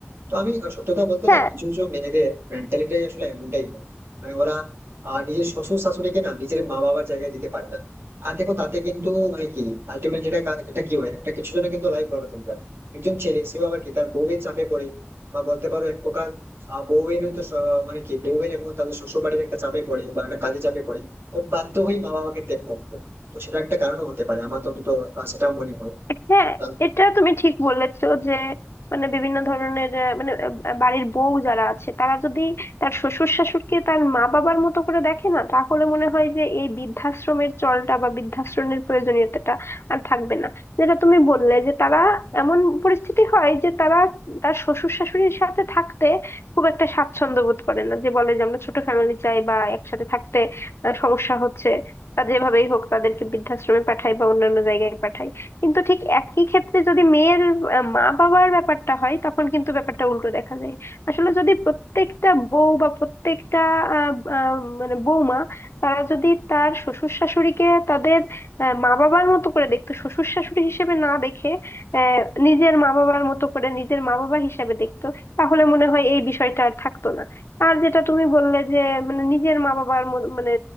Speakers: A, on the right; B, on the left.
A: তো আমি সত্যতা বলতে
B: হ্যাঁ
A: না কিছু কিছু মেয়েদের মেন্টালিটাই আসলে এমনটাই হয় মানে ওরা আহ, নিজের শ্বশুর শাশুড়িকে না নিজের মা বাবার জায়গায় দিতে পারে না আর দেখো তাতে কিন্তু মানে কি আলটিমেট যেটা কা- এটা কি হয় একটা কিছু জনের কিন্তু লাইফ বরবাদ হয়ে যায়। একজন ছেলে সেও আবার কি তার বউয়ের চাপে পড়ে বা বলতে পারো এক প্রকার আহ, বউয়ের তো মানে কি বউয়ের এবং তাদের শ্বশুর বাড়ির একটা চাপে পড়ে বা একটা কাজে চাপে পড়ে ও বাধ্য হয়ে মা বাবাকে ত্যাগ করতে তো সেটা একটা কারণও হতে পারে আমার তো দুটো সেটাও মনে হয়
B: হ্যাঁ
A: তার
B: এটা তুমি ঠিক বলেছো যে মানে বিভিন্ন ধরনের আহ, মানে আহ, বাড়ির বউ যারা আছে তারা যদি তার শ্বশুর শাশুড়িকে তার মা বাবার মতো করে দেখে না তাহলে মনে হয় যে এই বৃদ্ধাশ্রমের চলটা বা বৃদ্ধাশ্রমের প্রয়োজনীয়তাটা আর থাকবে না যেটা তুমি বললে যে তারা এমন পরিস্থিতি হয় যে তারা তার শ্বশুর শাশুড়ির সাথে থাকতে খুব একটা স্বাচ্ছন্দ্য বোধ করে না যে বলে যে আমরা ছোট ফ্যামিলি চাই বা একসাথে থাকতে আহ, সমস্যা হচ্ছে তা যেভাবেই হোক তাদেরকে বৃদ্ধাশ্রমে পাঠাই বা অন্যান্য জায়গায় পাঠাই কিন্তু ঠিক একই ক্ষেত্রে যদি মেয়ের আহ, মা বাবার ব্যাপারটা হয় তখন কিন্তু ব্যাপারটা উল্টো দেখা যায় আসলে যদি প্রত্যেকটা বউ বা প্রত্যেকটা আহ, আহ, মানে বৌমা তারা যদি তার শ্বশুর শাশুড়িকে তাদের আহ, মা বাবার মতো করে দেখতো শ্বশুর শাশুড়ি হিসেবে না দেখে আহ, নিজের মা বাবার মতো করে নিজের মা বাবা হিসেবে দেখতো তাহলে মনে হয় এই বিষয়টা আর থাকতো না আর যেটা তুমি বললে যে মানে নিজের মা বাবার মত- মানে